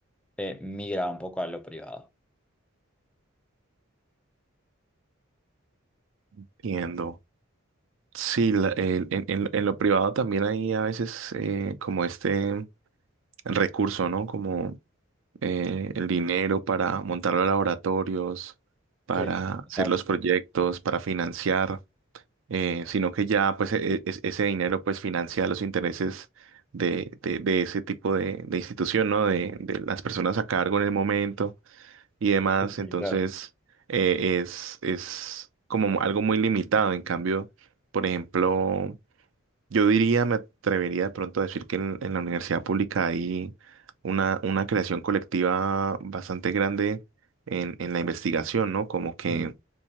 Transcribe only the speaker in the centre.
eh, migra un poco a lo privado.
Sí,
exacto.
Sí, sí,
claro.
Mm,